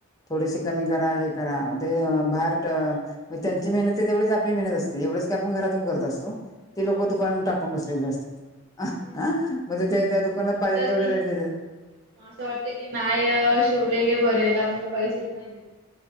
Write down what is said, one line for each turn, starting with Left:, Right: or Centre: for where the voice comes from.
Left: थोडेशी कमी करा हे करा. म्हणजे त्यांची मेहनत आहे तेवढीच आ एवढंच की आपण घरातून करत असतो,
Right: हो
Left: ते लोक दुकानून
Right: तेच
Left: टाकून बसलेले असतात.
Right: तेच
Left: हा
Right: ना.
Left: म्हणजे ते त्या दुकानात पाहिजे तेवढे
Right: की
Left: रेट देत.
Right: मग असं वाटत की नाय शिवलेले बरे, कारण पैसेच नाही ना.